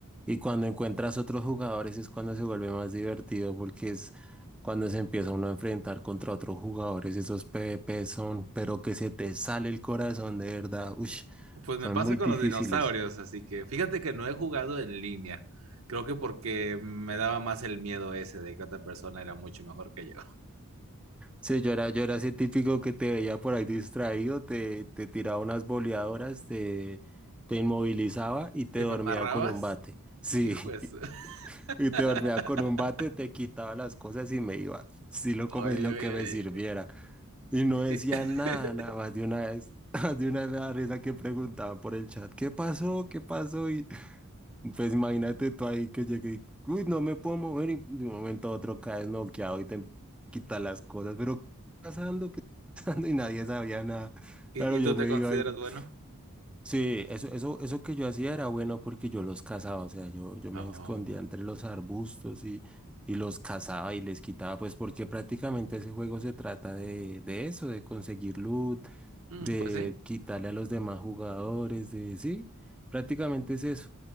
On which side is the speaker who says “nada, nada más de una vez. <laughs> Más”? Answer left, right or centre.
Centre